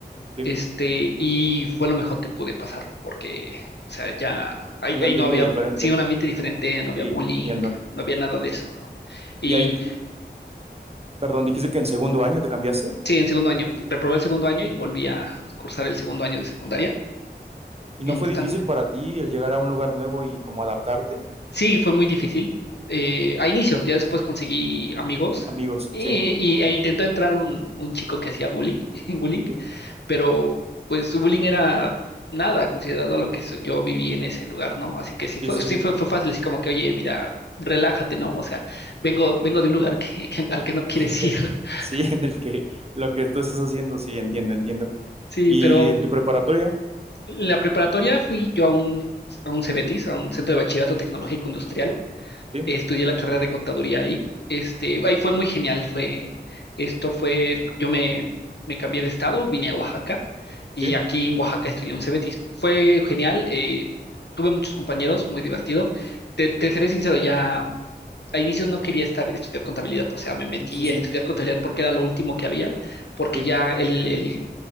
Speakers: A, on the right; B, on the left.
A: sí.
B: Este, y fue lo mejor que pude pasar, porque, o sea, ya ahí,
A: Un
B: ahí
A: ambiente
B: no había,
A: diferente.
B: sí, un ambiente diferente, no había
A: Sí,
B: bullying,
A: entiendo.
B: no había nada de eso, ¿no? Y
A: Y ahí, perdón, dijiste que en segundo año te cambiaste.
B: sí, en segundo año, pu- reprobé el segundo año y volví a cursar el segundo año de secundaria.
A: ¿Y
B: En
A: no fue
B: esta,
A: difícil para ti el llegar a un lugar nuevo y como adaptarte?
B: sí, fue muy difícil. eh, a inicios, ya después conseguí amigos
A: Amigos,
B: y,
A: sí,
B: y- e intentó entrar un, un chico que hacía bully, <laughs> bullying.
A: sí,
B: pero pues su bullying era nada considerado a lo que so- yo viví en ese lugar, ¿no? Así que sí
A: sí,
B: fue,
A: sí.
B: sí fue, fue fácil, así como que, oye, mira, relájate, ¿no? O sea, vengo, vengo de un lugar que, que- al que no quieres
A: <laughs>
B: ir. <laughs>
A: Sí, en el que lo que tú estás haciendo, sí, entiendo, entiendo.
B: Sí,
A: ¿Y
B: pero
A: en tu preparatoria?
B: en la preparatoria fui yo a un, a un CBETIS, a un centro de bachillerato tecnológico industrial,
A: Sí,
B: estudié la carrera de contaduría ahí. Este, ahí fue muy genial, fue, esto fue, yo me, me cambié de estado, vine a Oaxaca
A: sí,
B: y aquí en Oaxaca estudié un CBT. Fue genial, eh, tuve muchos compañeros, muy divertido. Te, te seré sincero, ya a inicios no quería estar, estudiar contabilidad, o sea, me metí
A: sí, sí,
B: a estudiar contabilidad porque era lo último que había, porque
A: sí,
B: ya el, el